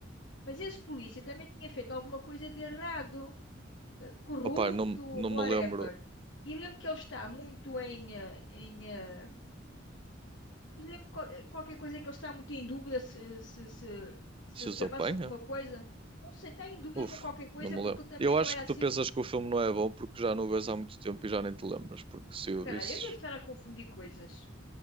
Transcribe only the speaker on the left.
mas esse polícia também tinha feito alguma coisa de errado, eh, corrupto,
whatever.
E lembro que ele está muito em, eh, em, eh, e lembro qual- eh, qualquer coisa que ele está muito em dúvida se, se, se, se,
se
avança com uma coisa. Não sei, está em dúvida
com qualquer coisa
porque
ele também
não
era
assim.
Se
calhar,
eu devo estar a confundir coisas.